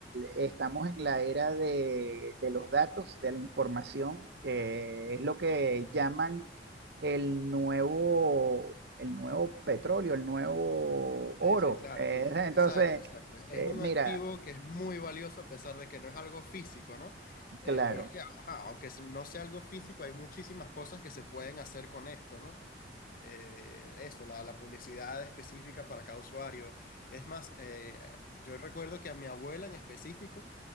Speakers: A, on the right (about 65°); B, on the left (about 50°).
A: estamos en la era de, de los datos, de la información, que es lo que llaman el nuevo, el nuevo petróleo, el nuevo oro.
B: Sí, sí, claro,
A: Eh,
B: como,
A: <laughs> entonces,
B: exacto, exacto. Es
A: eh,
B: un
A: mira,
B: activo que es muy valioso a pesar de que no es algo físico, ¿no? Eh,
A: claro,
B: pero es que, ajá, aunque eso no sea algo físico, hay muchísimas cosas que se pueden hacer con esto, ¿no? Eh, eso, la, la publicidad específica para cada usuario. Es más, eh, yo recuerdo que a mi abuela en específico,